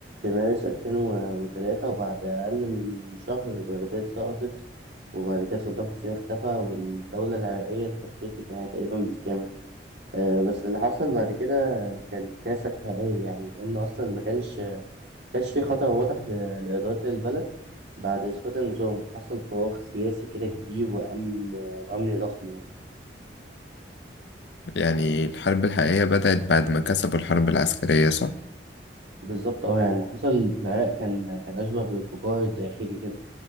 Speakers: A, on the right; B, on the left.
A: مارس 2003 وبعد أقل من شهر بغداد سقطت وبعد كده صدام حسين اختفى والدولة العراقية اتفككت يعني تقريبا بالكامل آه، بس اللي حصل بعد كده كان الكارثة الحقيقية يعني لأن أصلا ما كانش كانش في خطر واضح ل- لإدارة البلد بعد إسقاط النظام حصل فراغ سياسي كده كبير وأمن وأمن ضخم يعني
B: يعني الحرب الحقيقيه بدات بعد ما كسبوا الحرب العسكريه صح
A: بالظبط اه يعني اللي حصل في العراق كان كان أشبه بانفجار داخلي كده